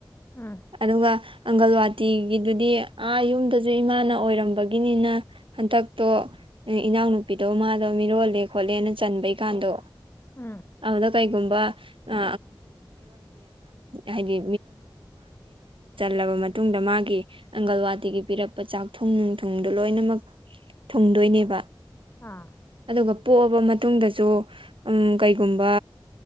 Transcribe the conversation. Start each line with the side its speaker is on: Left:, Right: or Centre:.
Left: ꯎꯝ
Right: ꯑꯗꯨꯒ ꯑꯪꯒꯜꯋꯥꯇꯤꯒꯤꯗꯨꯗꯤ ꯑꯥ ꯌꯨꯝꯗꯁꯨ ꯏꯃꯥꯅ ꯑꯣꯏꯔꯝꯕꯒꯤꯅꯤꯅ ꯍꯟꯗꯛꯇꯣ ꯏꯅꯎꯅ ꯅꯨꯄꯤꯗꯧ ꯃꯥꯗꯣ ꯃꯤꯔꯣꯜꯂꯦ ꯈꯣꯠꯂꯦꯅ ꯆꯟꯕꯩꯀꯥꯟꯗꯣ
Left: ꯎꯝ
Right: ꯑꯗꯨꯗ ꯀꯩꯒꯨꯝꯕ ꯑ ꯍꯥꯏ ꯃ ꯃꯇꯨꯡꯗ ꯃꯥꯒꯤ ꯑꯪꯒꯜꯋꯥꯗꯤꯤꯒꯤ ꯄꯤꯔꯛꯄ ꯆꯥꯛꯊꯨꯡ ꯅꯨꯡꯊꯨꯡꯗꯣ ꯂꯣꯏꯅꯃꯛ ꯊꯨꯡꯗꯣꯏꯅꯦꯕ
Left: ꯑꯥ
Right: ꯑꯗꯨꯒ ꯄꯣꯛꯑꯕ ꯃꯇꯨꯡꯗꯁꯨ ꯀꯩꯒꯨꯝꯕ